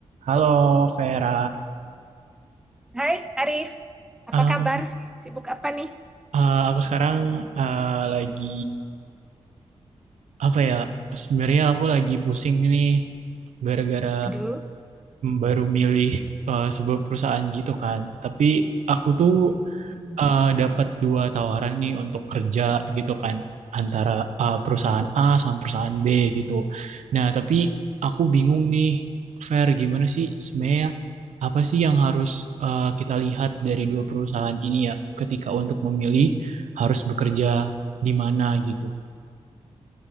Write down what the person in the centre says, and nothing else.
Hai Arif, apa
kabar? Sibuk apa nih?
Aduh,
hmm.